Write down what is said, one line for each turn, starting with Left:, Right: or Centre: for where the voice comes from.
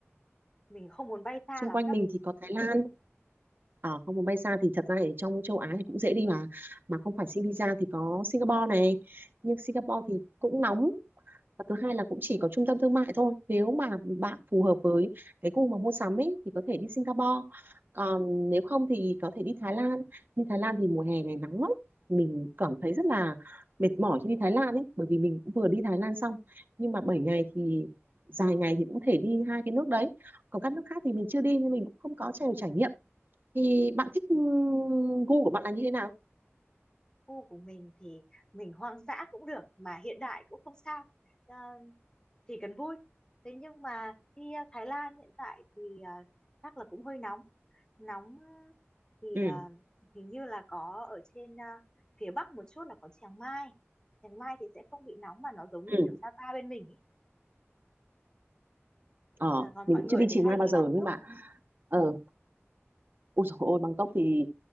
Left: mình không muốn bay xa
Right: xung
Left: lắm
Right: quanh
Left: đâu
Right: mình thì có Thái Lan ở không muốn bay xa thì thật ra ở trong châu Á thì cũng dễ đi mà mà không phải xin visa thì có Singapore này nhưng Singapore thì cũng nóng và thứ hai là cũng chỉ có trung tâm thương mại thôi nếu mà bạn phù hợp với cái gu mà mua sắm ấy thì có thể đi Singapore còn nếu không thì có thể đi Thái Lan nhưng Thái Lan thì mùa hè này nắng lắm mình cảm thấy rất là mệt mỏi khi đi Thái Lan ấy bởi vì mình cũng vừa đi Thái Lan xong nhưng mà 7 ngày thì dài ngày thì cũng thể đi hai cái nước đấy còn các nước khác thì mình chưa đi nên mình cũng không có nhiều trải nghiệm thì bạn thích ừm, gu của bạn là như thế nào
Left: khu của mình thì mình hoang dã cũng được mà hiện đại cũng không sao Ờ, chỉ cần vui thế nhưng mà đi ờ, Thái Lan hiện tại thì ờ, chắc là cũng hơi nóng nóng thì
Right: ừ
Left: ờ, hình như là có ở trên ờ, phía bắc một chút là có Chiang Mai Chiang Mai thì sẽ không bị nóng mà nó giống như
Right: ừ
Left: kiểu Sapa bên mình ý.
Right: ờ
Left: Ờ, còn
Right: mình
Left: mọi
Right: cũng
Left: người
Right: chưa đi Chiang
Left: thì hay
Right: Mai
Left: đi
Right: bao giờ
Left: Bangkok
Right: nhưng mà ờ ôi dồi ôi Bangkok thì